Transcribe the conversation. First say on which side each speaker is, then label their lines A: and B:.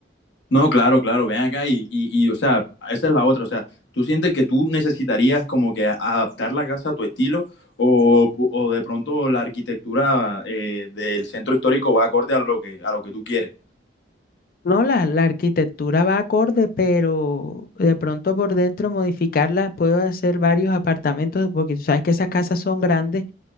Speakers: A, on the left (about 75°); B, on the left (about 50°).
A: No, claro, claro, ven acá y, y, y, o sea, esa es la otra, o sea, ¿tú sientes que tú necesitarías como que adaptar la casa a tu estilo o, o de pronto la arquitectura eh, del centro histórico va acorde a lo que, a lo que tú quieres?
B: No, la, la arquitectura va acorde, pero de pronto por dentro modificarla, puedo hacer varios apartamentos, porque tú sabes que esas casas son grandes,